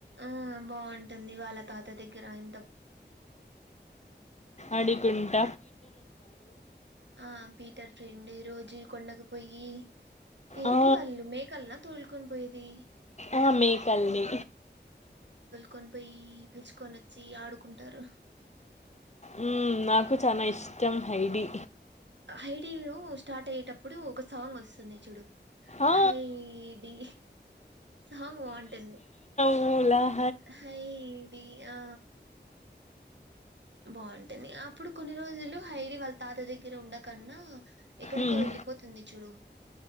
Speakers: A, on the right (about 80°); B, on the left (about 40°).
A: ఆ బాగుంటుంది వాళ్ళ తాత దగ్గర కిరాయి
B: అడికుంట
A: ఆ పీటర్ ఫ్రెండి రోజు కొండకు పోయి ఏంటి
B: ఆ,
A: వాళ్ళు మేకలనా తోల్కుం పోయది
B: ఆ మేకల్ని
A: కొని పోయి పిలుచుకొని వచ్చి ఆడుకుంటారు
B: ఉ నాకు చనా ఇష్ట హైడి
A: హైడీలు స్టార్ట్ అయిటప్ అప్పుడు సాంగ్ వస్తుంది చూడు
B: ఆ,
A: హై డి సాంగ్ బాగుంటుంది
B: లా
A: హైడి ఆ బాగుంటుంది అప్పుడు కొన్ని రోజులు హైడి వాళ్ళ తాత దగ్గర ఉండకన్నా ఎక్కడికో
B: మ్మ్.
A: వెళ్ళిపోతుంది చూడు